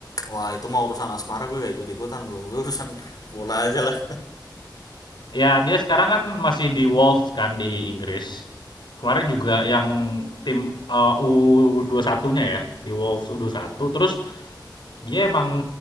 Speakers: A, on the left (about 55°); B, on the left (about 75°).
A: Wah, itu mah urusan asmara gue gak ikut-ikutan, Bro. Gue urusan bola aja lah.
B: Ya, dia sekarang kan masih di Wolves kan di Inggris. Kemarin juga yang tim eh, U21-nya ya, di Wolves u dua puluh satu, Terus Dia emang